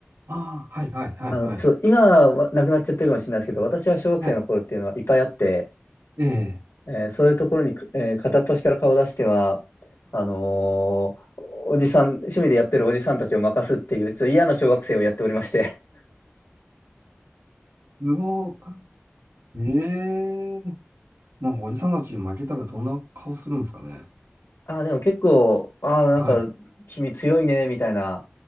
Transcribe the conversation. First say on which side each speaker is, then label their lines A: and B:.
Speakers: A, on the right; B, on the left.
A: あー、はい、はい、はい、
B: あの、
A: はい。
B: ちょっと今はなくなっちゃってるかもしれないですけど、私は小学生の頃っていうのはいっぱいあって、
A: はい。ええ、
B: えーそういうところに、えー片っ端から顔を出しては、あのーおじさん、趣味でやってるおじさんたちを任すっていう、ちょっと嫌な小学生をやっておりまして。
A: すごい。ええ、なんかおじさんたちに負けたらどんな顔するんですかね。
B: ああ、でも結構、ああ、なんか、
A: はい。
B: 君強いね、みたいな、